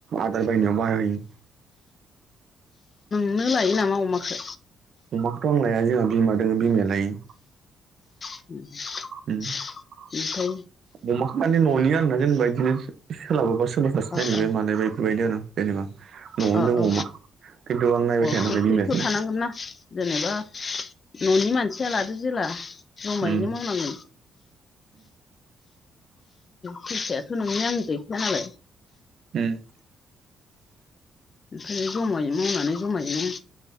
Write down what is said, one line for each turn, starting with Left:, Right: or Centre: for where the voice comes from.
Right: आदार बायनायाव बाहायो।
Left: नों लायो नामा अमाखो?
Right: अमखौथ' आं लाया जोंहा बिमा दङ बिमाया लायो।
Left: <unintelligible>
Right: <unintelligible>
Left: बिओफ्राय
Right: अमाखौ मानि न'नि आरोना जेनेबा बिदिनो सोलाबाबा सोरोबा सासे
Left: अ
Right: रायलायबाय
Left: अ
Right: मानायबाय बेफोरबायदि आरो। जेनबा
Left: अ
Right: दों
Left: अ
Right: अमा। खिन्थु आं नायबाय
Left: अ
Right: थाया
Left: खसेथ'
Right: नालाय बिमायासो नायो
Left: थानांगोननाा जेनेबा न'नि मानसिया लादो जेला जमायैनो
Right: उम
Left: मावनांगोन। फैसायाथ' नोंनि आं गैखाया नालाय।
Right: उम
Left: ओमफ्राय जमायै मावनानै जमायैनो